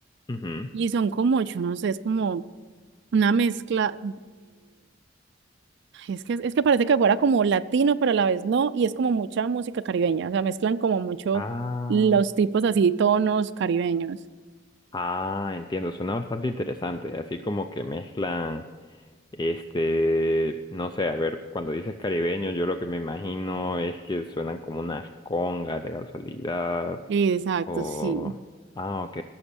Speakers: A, on the left; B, on the right.
A: Ujú.
B: y son como, yo no sé, es como una mezcla Es que, es que parece que fuera como latino, pero a la vez no, y es como mucha música caribeña, o sea, mezclan como mucho
A: Ah.
B: los tipos así, tonos caribeños.
A: Ah, entiendo. Suena bastante interesante. Así como que mezclan. Este, no sé, a ver, cuando dices caribeño, yo lo que me imagino es que suenan como unas congas de casualidad
B: Exacto,
A: o...
B: sí.
A: Ah, ok,